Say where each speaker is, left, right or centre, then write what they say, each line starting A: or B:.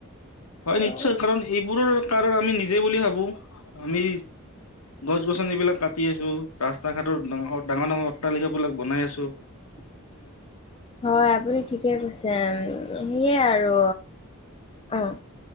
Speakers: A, on the left (about 80°); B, on the left (about 25°).
A: হয়
B: আৰু
A: নিশ্চয় কাৰণ এইবোৰৰ কাৰণ আমি নিজে বুলি ভাবো। আমি গছ গছনিবিলাক কাটি আছোঁ, ৰাস্তা ঘাটত ডাঙ-ডাঙৰ-ডাঙৰ অট্টালিক বিলাক বনাই আছো।
B: <unintelligible> হয় আপুনি ঠিকে কৈছে সেয়ে আৰু, অ'।